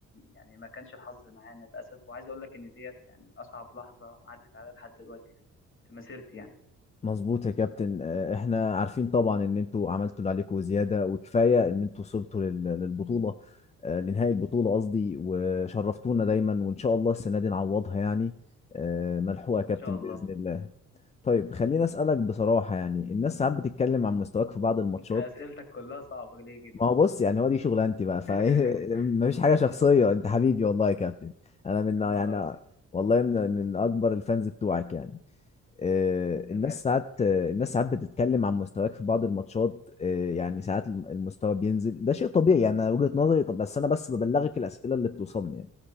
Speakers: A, on the left; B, on the left.
A: يعني ما كانش الحظ معانا للاسف وعايز اقول لك ان ديت يعني اصعب لحظه عدت على لحد دلوقتي في مسيرتي يعني ان
B: مظبوط يا كابتن آه، احنا عارفين طبعا ان انتوا عملتوا اللي عليكم وزياده وكفايه ان انتوا وصلتوا لل- للبطوله آه، لنهائي البطوله قصدي وشرفتونا دايما وان شاء الله السنه دي نعوضها يعني آه، ملحوقه يا كابتن
A: شاء الله
B: باذن الله طيب خليني اسالك بصراحه يعني الناس ساعات بتتكلم عن مستواك في بعض الماتشات
A: انت اسئلتك كلها صعبه ليه كده
B: ما هو بص يعني هو دي شغلانتي بقى
A: <laughs>
B: فمفيش
A: ماشي
B: <laughs> حاجه شخصيه انت حبيبي والله يا كابتن انا من
A: يا عم
B: يعني
A: على راسي
B: والله من من اكبر الفانز بتوعك يعني آه،
A: تمام
B: الناس ساعات آه، الناس ساعات بتتكلم عن مستواك في بعض الماتشات آه، يعني ساعات الم- المستوى بينزل ده شيء طبيعي يعني أنا وجهة نظري طب بس انا بس ببلغك الاسئله اللي بتوصلني يعني